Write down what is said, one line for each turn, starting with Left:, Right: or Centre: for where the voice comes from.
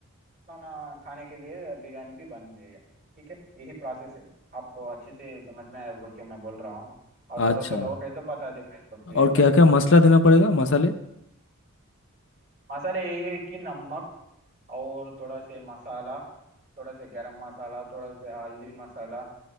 Right: खाना खाने के लिए बिरयानी भी बन गई है ठीक है यही प्रोसेस है आपको अच्छे से समझ में आया बोल के मैं बोल रहा हूँ और
Left: अच्छा
Right: थोड़ा तो डाउट है तो बता दे मैं तो क्लियर
Left: और
Right: कर
Left: क्या
Right: दी
Left: क्या मसाला देना पड़ेगा मसाले
Right: मसाले यही है कि नमक और थोड़ा से मसाला थोड़ा से गरम मसाला थोड़ा से हल्दी मसाला